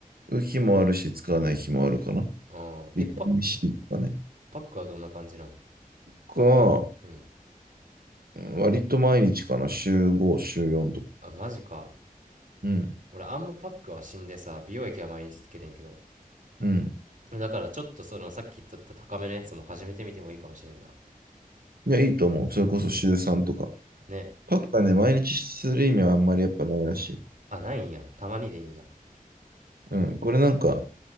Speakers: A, on the right; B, on the right.
A: う日もあるし、使わない日もあるかな。
B: あーえパ
A: ビタミン C とかね。
B: パックはどんな感じなん
A: か、
B: パックはうん
A: うん割と毎日かな。週5、週4とか。
B: あマジか
A: うん。
B: 俺あんまパックは死んでさ美容液は毎日つけるんけど
A: うん。
B: だからちょっとそのさっき言っとった高めのやつも始めてみてもいいかもしれんな
A: いや、いいと思う。それこそ週3とか。
B: ね
A: パックはね、毎日する意味はあんまりやっぱないらしい。
B: あないんやたまにでいいんや
A: うん。これなんか、